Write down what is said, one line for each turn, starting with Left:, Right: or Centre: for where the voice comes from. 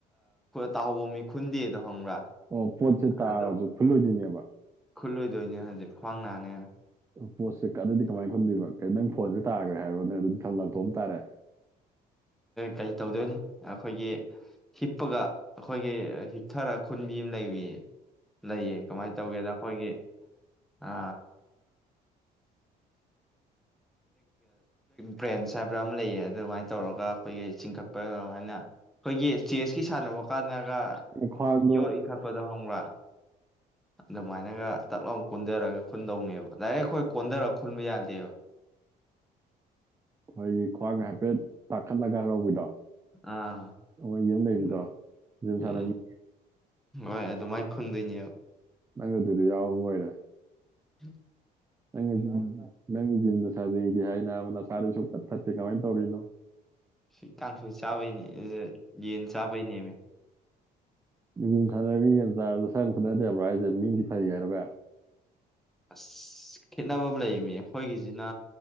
Centre: ꯇꯥꯍꯧꯕ ꯃꯤ ꯈꯨꯟꯗꯦꯗꯣ ꯈꯪꯕ꯭ꯔꯥ
Right: ꯑꯣ ꯄꯣꯠꯁꯦ ꯇꯥꯔꯖꯨ
Centre: ꯑꯗꯣ
Right: ꯈꯨꯟꯂꯣꯏꯗꯣꯏꯅꯦꯕ
Centre: ꯈꯨꯜꯂꯣꯏꯗꯣꯏꯅꯦ ꯍꯧꯖꯤꯛ ꯈ꯭ꯋꯥꯡ ꯅꯥꯅꯦꯅ
Right: ꯄꯣꯠꯁꯦ ꯑꯗꯨꯗꯤ ꯀꯃꯥꯏꯅ ꯈꯨꯟꯕꯤꯕ ꯅꯪ ꯐꯣꯟꯁꯦ ꯇꯥꯈ꯭ꯔꯦ ꯍꯥꯏꯔꯣ ꯅ ꯑꯗꯨꯗꯤ ꯂꯪꯊꯣꯛ ꯑꯝ ꯇꯥꯔꯦ
Centre: ꯀꯩ ꯇꯧꯗꯣꯏꯅꯤ ꯑꯩꯈꯣꯏꯒꯤ ꯍꯤꯞꯄꯒ ꯑꯩꯈꯣꯏꯒꯤ ꯍꯤꯞꯊꯔꯒ ꯈꯨꯟꯕꯤ ꯑꯃ ꯂꯩꯕꯤꯌꯦ ꯂꯩꯌꯦ ꯀꯃꯥꯏꯅ ꯇꯧꯒꯦꯗ ꯑꯩꯈꯣꯏꯒꯤ ꯑ ꯐ꯭ꯔꯦꯟꯁ ꯍꯥꯏꯕ꯭ꯔꯥ ꯑꯃ ꯂꯩꯌꯦ ꯑꯗꯨ ꯃꯥꯏ ꯇꯧꯔꯒ ꯑꯩꯈꯣꯏꯒꯤ ꯆꯤꯡꯈꯛ ꯄꯔꯥ ꯃꯥꯏꯅ ꯑꯩꯈꯣꯏꯒꯤ ꯆꯦꯁꯀꯤ ꯁꯥꯟꯅꯕ ꯀꯥꯟꯅꯒ
Right: ꯈ꯭ꯋꯥꯡꯗꯣ
Centre: ꯌꯣꯠ ꯏꯟꯈꯠꯄꯗꯣ ꯈꯪꯕ꯭ꯔꯥ ꯑꯗꯨꯃꯥꯏꯅꯒ ꯇꯛ ꯂꯥꯎ ꯀꯣꯟꯗꯥꯔꯒ ꯈꯨꯟꯗꯧꯅꯦꯕ ꯗꯥꯏꯔꯦꯛ ꯑꯩꯈꯣꯏ ꯀꯣꯟꯗꯔꯛ ꯈꯨꯟꯕ ꯌꯥꯗꯦꯕ꯫
Right: ꯑꯈꯣꯏꯒꯤ ꯈ꯭ꯋꯥꯡꯒ ꯍꯥꯏꯐꯦꯠ ꯇꯥꯈꯠꯂꯒ ꯂꯧꯕꯤꯗꯣ꯫
Centre: ꯑꯥ
Right: ꯃꯣꯏꯒꯤ ꯑꯝ ꯂꯩꯕꯗꯣ
Centre: ꯑꯗꯨ
Right: ꯖꯤꯝ
Centre: ꯎꯝ
Right: ꯁꯥꯟꯅ ꯃꯤ
Centre: ꯍꯣꯏ ꯑꯗꯨꯃꯥꯏ ꯈꯨꯟꯗꯣꯏꯅꯦꯕ꯫
Right: ꯅꯪ ꯑꯗꯨꯗ ꯌꯥꯎꯔꯕꯣꯏꯔꯦ꯫
Centre: ꯎꯝ꯫
Right: ꯪꯅꯪ <inaudible> ꯅꯪ ꯖꯤꯝꯗ ꯁꯥꯟꯅꯩꯗꯤ ꯍꯥꯏꯅꯥꯕ ꯅꯁꯥꯗꯤ ꯁꯨꯡꯐꯠ ꯐꯠꯇꯦ ꯀꯃꯥꯏ ꯇꯧꯔꯤꯅꯣ?
Centre: ꯁꯤ ꯀꯥꯡꯁꯣꯏ ꯆꯥꯕꯩꯅꯦ <unintelligible> ꯌꯦꯟ ꯆꯥꯕꯩꯅꯦꯃꯤ꯫
Right: ꯖꯤꯝ ꯁꯥꯟꯅꯔꯗꯤ ꯌꯥꯝ ꯆꯥꯔꯖꯨ ꯁꯥꯟꯅ ꯈꯠꯅꯗꯦꯕ꯭ꯔꯥ ꯍꯥꯏꯖꯦ ꯃꯤꯗꯤ ꯐꯖꯩ ꯍꯥꯏꯔꯒ꯫
Centre: ꯑꯁ ꯈꯦꯠꯅꯕ ꯑꯝ ꯂꯩꯌꯦꯃꯤ꯫ ꯑꯈꯣꯏꯒꯤꯖꯤꯅ